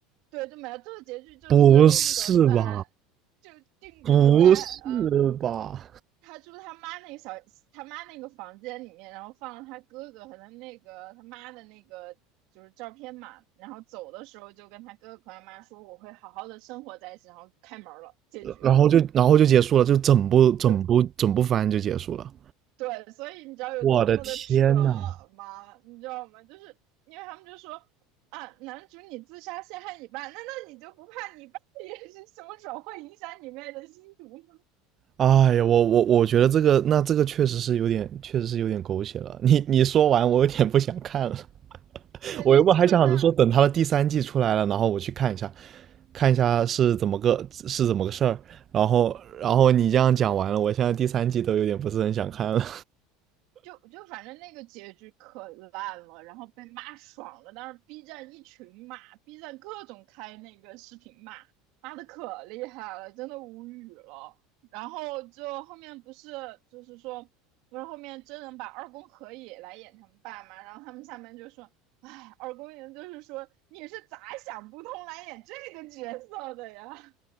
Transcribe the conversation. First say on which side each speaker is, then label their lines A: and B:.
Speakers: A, on the right; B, on the right.
A: 对就没了，最后结局就是定格在就定格在嗯，
B: 不是吧？不是吧？
A: 他住他妈那个小他妈那个房间里面，然后放了他哥哥和他那个他妈的那个就是照片嘛，然后走的时候就跟他哥哥和他妈说我会好好的生活在一起，然后开门了，结局了，
B: 然后就然后就结束了，就整部整部整部番就结束了。
A: <laughs> 对。对，所以你知道有多么的扯
B: 我的天呐！
A: 吗？你知道吗？就是因为他们就说啊，男主你自杀陷害你爸，难道你就不怕你爸也是凶手，会影响你妹的心毒吗？
B: 哎呀，我我我觉得这个那这个确实是有点，确实是有点狗血了。你你说完，我有点不想看了。
A: 对，
B: 我原本还想着说，
A: 就基本上
B: 等他的第三季出来了，然后我去看一下，看一下是怎么个是怎么个事儿。然后，然后你这样讲完了，我现在第三季都有点不是很想看了。
A: 就就反正那个结局可烂了，然后被骂爽了，但是 B 站一群骂，B 站各种开那个视频骂，骂的可厉害了，真的无语了。然后就后面不是就是说，不是后面真人把二宫和也来演他们爸嘛？然后他们下面就说，哎，二宫也就是说你是咋想不通来演这个角色的呀？